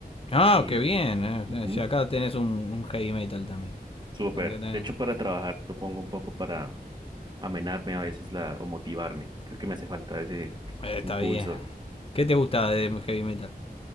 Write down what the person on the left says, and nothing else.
Ah,
qué bien. eh.
Y Acá tenés un, un heavy metal también.
Acá tenés-
Eh,
Está
bien. ¿Qué te gusta de heavy metal?